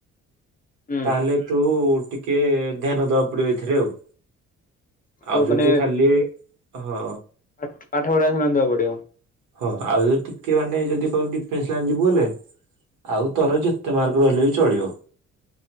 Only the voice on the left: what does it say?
ହୁଁ
ଓ
ମାନେ
ପାଠ ପଢା ଏଇକ୍ଷିଣା ଦେବାକୁ ପଡିବ।